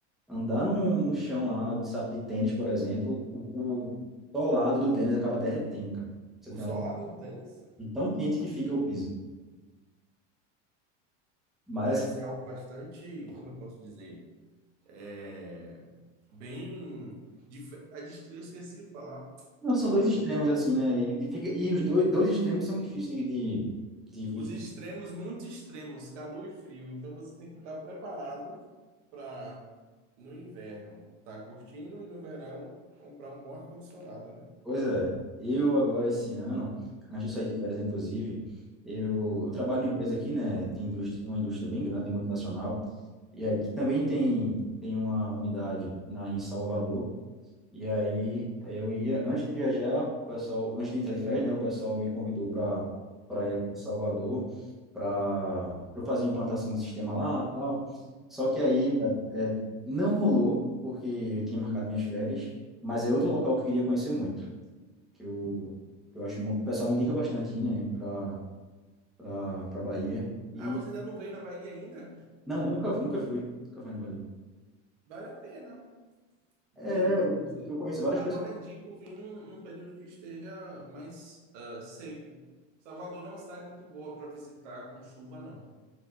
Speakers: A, in the centre; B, on the right.
A: andar no, no chão lá de sapato de tênis, por exemplo, o, o solado do tênis acaba derretendo, cara. Você
B: O
A: tem
B: solado
A: uma...
B: do tênis
A: de tão quente que fica o piso. Mas
B: parece
A: assim,
B: ser algo bastante, como eu posso dizer, É bem. dif- a dist- Eu esqueci de falar.
A: não, são
B: Oh,
A: dois
B: meu
A: extremos
B: Deus.
A: assim, né? E fica e os dois, dois extremos são difíceis de de, de vir.
B: Os extremos, muito extremos, calor e frio. Então você tem que estar preparado para no inverno tá curtindo e no verão comprar um bom ar-condicionado, né?
A: Pois é, eu agora esse ano, antes de sair de férias, inclusive, eu, eu trabalho numa empresa aqui, né, de indústria, uma indústria bem grande, multinacional, e aqui também tem, tem uma unidade na, em Salvador, e aí eu ia, antes de viajar, o pessoal, antes de entrar de férias, né, o pessoal me convidou para para ir a Salvador, para eu fazer a implantação do sistema lá e tal, só que aí
B: Sim.
A: é, não rolou, porque eu tinha marcado minhas férias, mas é outro local que eu queria conhecer muito que eu, que eu acho muito, o pessoal indica bastante ir, né, pra, pra, pra Bahia. E,
B: Ah, você ainda não veio na Bahia ainda?
A: não, nunca, nunca fui, nunca fui na Bahia.
B: Vale a pena vir
A: É,
B: aqui
A: eu,
B: conhecer.
A: eu conheço várias
B: Agora
A: pessoas.
B: é indico vir num, num período que esteja mais ah, seco. Salvador não é uma cidade muito boa para visitar com chuva, não.